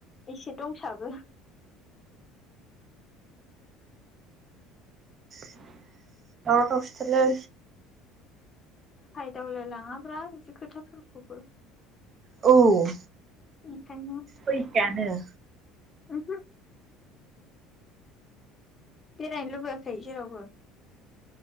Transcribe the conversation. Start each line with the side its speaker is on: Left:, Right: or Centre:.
Left: एसे दंसाबो
Right: <inaudible> औ र' सोलै
Left: दावलाय लाङाब्रा बिदि खोथाफोरखौबो
Right: औ
Left: ओंखायनो
Right: फैखायानो
Left: ओमहो बेरायनो लुबैयाखै जेरावबो